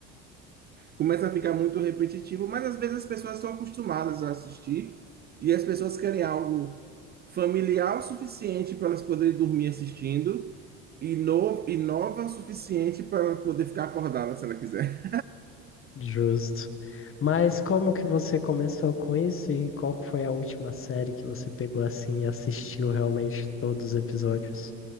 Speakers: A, on the right; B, on the left.
A: Começa a ficar muito repetitivo, mas às vezes as pessoas estão acostumadas a assistir e as pessoas querem algo familiar o suficiente para elas poderem dormir assistindo e, no, e nova o suficiente para ela poder ficar acordada se ela quiser.
B: Justo. Mas como que você começou com isso e qual que foi a última série que você pegou assim e assistiu realmente todos os episódios?